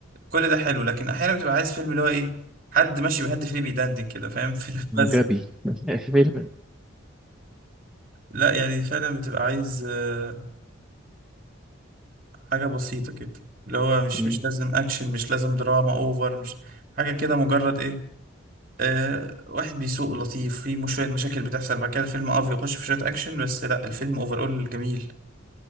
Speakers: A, on the right; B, in the centre.
A: كل ده حلو لكن احيانا بتبقى عايز فيلم اللي هو ايه حد ماشي بهاند فري بيدندن كده فاهم <laughs> فيلم بس
B: غبي <laughs> فيلم
A: لا يعني فعلا بتبقى عايز آه، حاجة بسيطة كده اللي هو مش
B: أمم،
A: مش لازم أكشن مش لازم دراما أوفر مش حاجة كده مجرد إيه آه واحد بيسوق لطيف في مش شوية مشاكل بتحصل بعد كده الفيلم أه بيخش في شوية أكشن بس لا الفيلم أول جميل